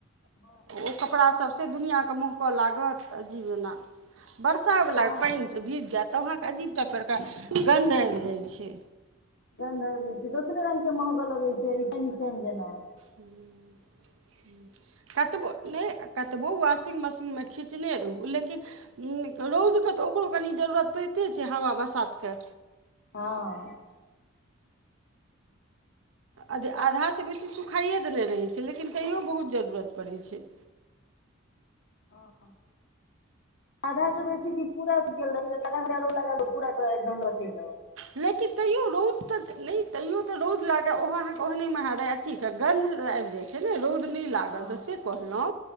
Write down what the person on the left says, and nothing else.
हं।
हँ
गंध आइब जाइ छै, दोसरे रंग के महकऽ लगै छै ईछैन-ईछैन जेना।
हँ।
हँ। आधा स बेसी की? पूरा गेल रहै <unintelligible> आधा घंटा रौद लगा दौ, पुरा-पुरा <unintelligible>
हँ